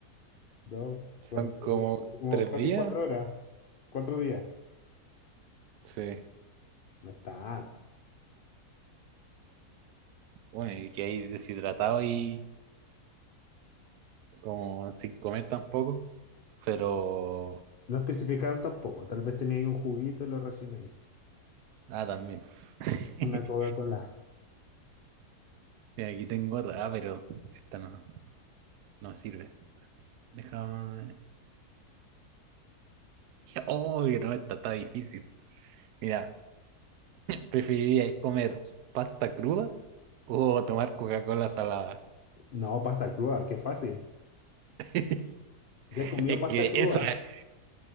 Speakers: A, on the left (about 75°); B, on the right (about 80°).
A: 2, 42.
B: Son como
A: Como
B: tres
A: casi
B: días.
A: 4 horas. cuatro días.
B: Sí.
A: No es tanto.
B: Bueno, y que hay deshidratado y como sin comer tampoco, pero...
A: No especificaron tampoco. Tal vez tenía ahí un juguito y lo racioné ahí.
B: Ah, también. <laughs>
A: Una Coca-Cola.
B: Mira, aquí tengo otra, ah, pero esta no, no me sirve. Déjame... Oh, que no, esta está difícil. Mira, ¿preferirías comer pasta cruda o tomar Coca-Cola salada?
A: No, pasta cruda, qué fácil.
B: <laughs>
A: Ya he comido
B: Es
A: pasta
B: que
A: cruda.
B: eso... <laughs>